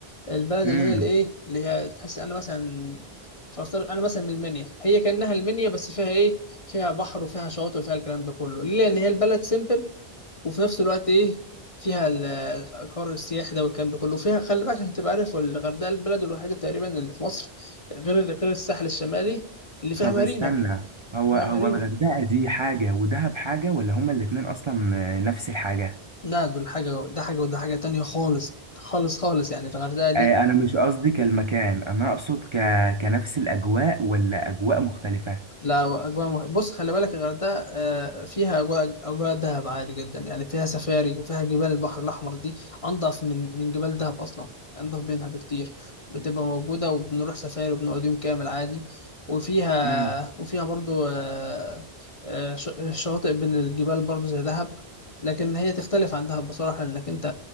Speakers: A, on the left (about 35°); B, on the right (about 35°).
A: البلد
B: مم.
A: اللي هي الايه اللي هي تحس انا مثلا فافترض انا مثلا من المنيا هي كانها المنيا بس فيها ايه فيها بحر وفيها شواطئ وفيها الكلام ده كله ليه لان هي البلد سيمبل وفي نفس الوقت ايه فيها ال- الحر السياحي ده والكلام ده كله وفيها خلي بالك عشان تبقى عارف الغردقه البلد الوحيده تقريبا اللي في مصر غير غير الساحل الشمالي اللي فيها
B: طب
A: مارينا
B: استنى هو
A: فيها
B: هو
A: مارينا
B: الغردقة دي حاجة ودهب حاجة ولا هما الاتنين أصلا آه، نفس الحاجة؟
A: لا دول حاجه ده حاجه وده حاجه تانية خالص خالص خالص يعني الغردقه دي
B: آه، أنا مش قصدي كالمكان أنا أقصد ك... كنفس الأجواء ولا أجواء مختلفة؟
A: لا أجواء مه... بص خلي بالك الغردقة آه، فيها أجواء أجواء دهب عادي جدا يعني فيها سفاري وفيها جبال البحر الأحمر دي أنضف من من جبال دهب أصلا أنضف منها بكتير بتبقى موجودة وبنروح سفاري وبنقعد يوم كامل عادي وفيها
B: مم.
A: وفيها برضو آه، آه، ش- شواطئ بين الجبال برضو زي دهب لكن هي تختلف عن دهب بصراحة لأنك أنت